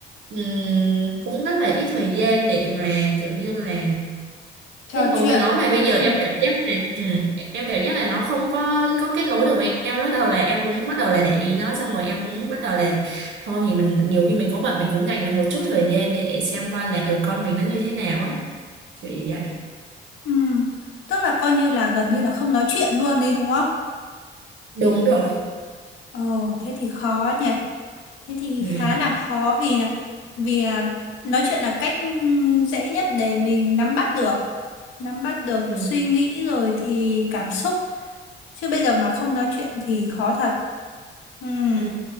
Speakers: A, on the right (about 70°); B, on the left (about 85°).
A: ừm, cũng rất là ít thời gian để mà kiểu như là
B: trò
A: kết nối
B: chuyện
A: với nó mà bây giờ
B: ừ
A: em cảm giác này ừ, em cảm giác là nó không có có kết nối được với em nữa. bắt đầu là em cũng bắt đầu là để ý nó xong rồi em cũng bắt đầu là thôi thì mình nhiều khi mình có bận mình cũng dành ra một chút thời gian để xem coi là ừ con mình nó như thế nào á kiểu vậy
B: ừ tức là coi như là gần như là không nói chuyện luôn đấy đúng không
A: đúng rồi
B: ờ thế thì khó nhỉ Thế thì
A: ừ.
B: khá là khó vì là vì à, nói chuyện là cách ừm, dễ nhất để mình nắm bắt được, nắm bắt được
A: Ừ.
B: suy nghĩ rồi thì cảm xúc. Chứ bây giờ mà không nói chuyện thì khó thật. Ừm,
A: Ừ.